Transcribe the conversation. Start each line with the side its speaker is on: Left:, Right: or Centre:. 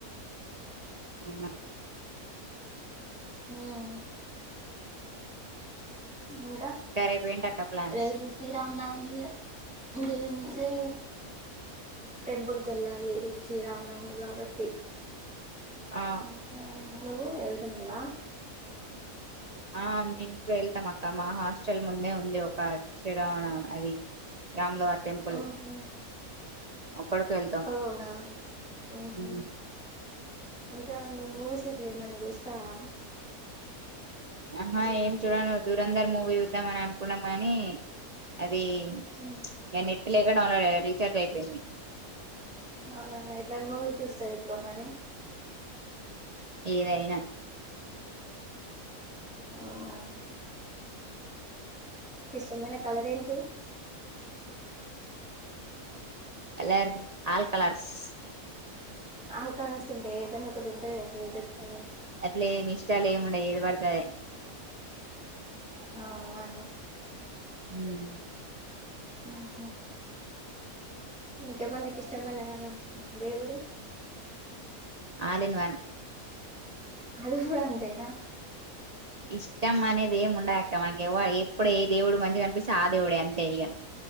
Right: అవునా
Centre: హ్మ్ ఇంకా
Right: రేపు ఏంటక్క ప్లాన్స్
Centre: రేపు శ్రీరామనవమి ఇంకేది టెంపుల్ క వెళ్ళాలి రేపో శ్రీరామనమి కాబట్టి.
Right: ఆ
Centre: ఇంకా ఎ ఎల్లవ
Right: ఆ మేము వెళ్తాం అక్క మా హాస్టల్ ముందే ఉంది ఒక శ్రీరామనవ రాములవారిది. టెంపుల్
Centre: ఆహా
Right: అక్కడికి వెళతాం.
Centre: అవునా ఉహు
Right: హు
Centre: ఇంకా నువ్వు మూవీస్ ఇట్లా ఏమన్నా చూస్తావా.
Right: ఆహా ఏం చూడను దూరంధర్ మూవీ చూద్దాం అని అనుకున్నాం. కాని అది
Centre: ఉమ్
Right: ది ఇ నెట్ లేక డౌన్లోడ్ రీచార్జ్ అయిపోయింది.
Centre: అవునా ఎట్లాంటి మువి చూస్తారు, ఎక్కువ మరి.
Right: ఏవయినా
Centre: అవునా ఇష్టమైన కలర్ ఏంటి
Right: colour all colours
Centre: all colours ఉంటాయి ఏదైనా ఒకటి ఉంటుద కదా ఫేవరెట్ కలర్
Right: అట్లే ఏమి ఇష్టాలు ఏముండయి ఏది పడితే అదే
Centre: ఆ అవునా
Right: హ్మ్
Centre: హమ్ హ ఇంకామందికి ఇష్టమైన దేవుడు
Right: ఆలిన్ వన్
Centre: అది కూడా అంతేనా
Right: ఇష్టం అనేది ఏం ఉండదక్క మనకివ ఎప్పుడు ఏ దేవుడు మంచిగా కనిపిస్తే ఆ దేవుడే అంతే ఇక